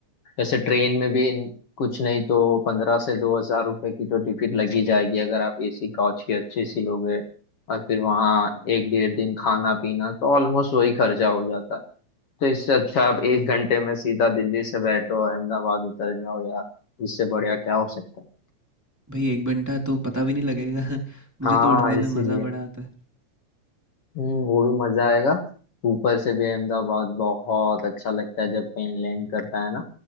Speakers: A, on the left; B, in the centre.
A: जैसे ट्रेन में भी कुछ नहीं तो पंद्रह से दो हजार रुपये की तो टिकट लगी जाएगी अगर आप एसी कोच की अच्छी सी लोगे और फिर वहाँ एक डेढ़ दिन खाना पीना तो ऑलमोस्ट वही खर्चा हो जाता है तो इससे अच्छा आप एक घंटे में सीधा दिल्ली से बैठो अहमदाबाद उतर जाओ यार इससे बढ़िया क्या हो सकता है
B: भाई एक घंटा तो पता भी नहीं लगेगा <laughs> मुझे
A: हाँ
B: तो उड़ने में
A: इसीलिए
B: मज़ा बड़ा आता है
A: हम्म वो भी मजा आएगा ऊपर से भी अहमदाबाद बहुत अच्छा लगता है जब प्लेन लैंड करता है ना